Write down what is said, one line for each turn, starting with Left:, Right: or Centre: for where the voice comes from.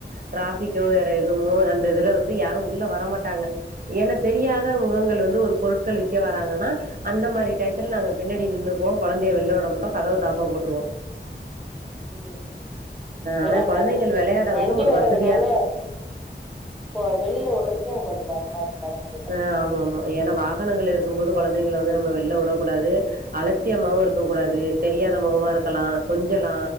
Right: டிராஃபிக்கோ வேற எதுமோ அந்த இதுல வந்து யாரு உள்ள வரமாட்டாங்க ஏனா தெரியாத முகங்கள் வந்து ஒரு பொருட்கள் விக்க வராங்கன்னா அந்த மாரி டயத்துல நாங்க பின்னாடி நின்னுக்குவோ கொழந்தைய வெள்ல விட மாட்டோ கதவ தாப்பா போட்ருவோ
Centre: ம்
Right: ஆனா
Centre: ஏனா
Right: கொழந்தைங்கள் வெளையாட
Centre: வண்டி
Right: வந்து ஒரு
Centre: வர்றதுனால
Right: வசதியா இருக்கு
Centre: ஸோ வெளில வுட்றதுக்கு எனக்கு கொஞ்சொ பயமாருக்கு அதா கே
Right: ஆ ஆமாமா ஏனா வாகனங்கள் இருக்கும்போது குழந்தைங்ள வந்து நம்ம வெள்ல விடக்கூடாது அலட்சியமாவு இருக்க கூடாது தெரியாத முகமா இருக்கலா கொஞ்சலா